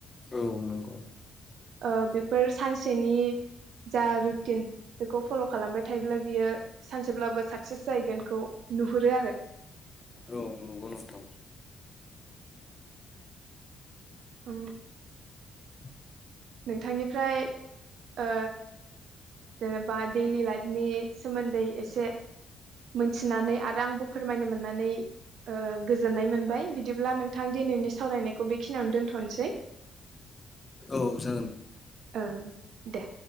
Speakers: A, on the left (about 25°); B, on the right (about 75°).
A: औ नंगौ
B: ओ‌ बेफोर सानसेनि जा रुटिन बेखौ फल' खालामबाय थायोब्ला बियो सानसेब्लाबो साक्सेस जाहैगोनखौ नुहुरो आरो।
A: औ नंगौ नोंथां।
B: औ
A: <inaudible>
B: नोंथांनिफ्राय ओ जेनेबा देलि लाइफनि सोमोन्दै एसे मोथिनानै आरो आंबो फोरमायनो मोननानै ओ गोजोननाय मोनबाय बिदिब्ला नोंथां दिनैनि सावरायनायखौ बेखिनियावनो दोनथ' थ'नसै
A: औ जा
B: ओ दे